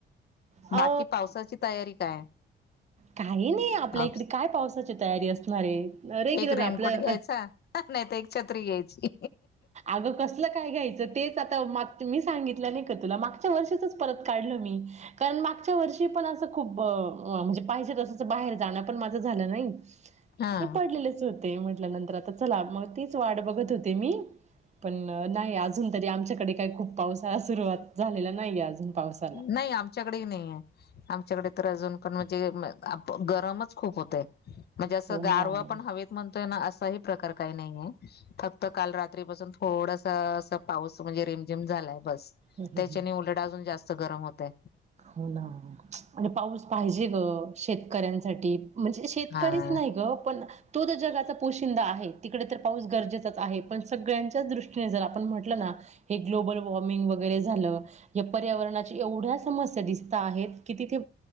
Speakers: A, on the right; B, on the left.
A: अ
B: बाकी पावसाची तयारी काय
A: काही नाही आपल्या
B: आप-
A: इकडे काय पावसाची तयारी असणारे अरे किलं
B: एक
A: <unintelligible> ना
B: रेनकोट
A: आपलं
B: घ्यायचा नाही तर एक छत्री घ्यायची
A: अगं कसलं काय घ्यायचं तेच आता मागच मीच सागितलं नाही का तु मागच्या वर्षीच परत काढल मी कारण मागच्या वर्षी पण अस खूप ब म्हणजे पाहिजे तसंच बाहेर जाणं पण माझं झालं नाही आणि
B: हा
A: पडलेलंच. म्हटल्यानंतर आता चला मग तीच वाट बघत होते मी पण नाही अजून तरी आमच्याकडे काही खूप पावसाळा सुरुवात झालेला नाहीये अजून पावसाला
B: नाही आमच्याकडे नाहीये. त्याच्याकडे तर अजून पण म्हणजे गरमच खूप होते. म्हणजे असं
A: हो ना
B: गारवा
A: हम्म
B: पण हवेत म्हणतोय ना. असाही प्रकार काही नाहीये फक्त काल रात्रीपासून थोडस अस पाऊस म्हणजे रिमझिम झालाय. बस,,
A: हम्म
B: त्याच्याने
A: हम्म.
B: उलट अजून जास्त गरम होतय.
A: हो ना. आणि पाऊस पाहिजे ग शेतकऱ्यांसाठी. म्हणजे शेतकरीच
B: हा.
A: नाही ग पण तो तर जगाचा पोशिंदा आहे, तिकडे तर पाऊस गरजेचाच आहे, पण सगळ्यांच्याच दृष्टीने जर आपण म्हटलं ना. हे ग्लोबल वॉर्मिग वगैरे झालं. हे पर्यावरणाचे एवढ्या समस्या. दिसतं आहेत की तिथे